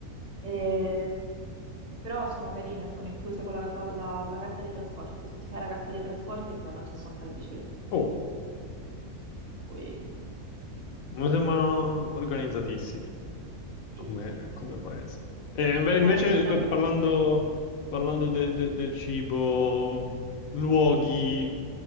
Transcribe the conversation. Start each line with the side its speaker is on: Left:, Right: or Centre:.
Right: E- Però sono carine, sono incluse con la, ta- la- la carta dei trasporti. Se ti fai la carta dei trasporti ti danno accesso anche alla bicicletta.
Left: Oh,
Right: Per cui
Left: mi sembrano organizzatissimi.
Right: sì,
Left: come,
Right: sì. sì.
Left: come paese. E inve-
Right: È
Left: invece
Right: una città
Left: eh,
Right: molto
Left: parlando,
Right: moderna.
Left: parlando de- de- del cibo, luoghi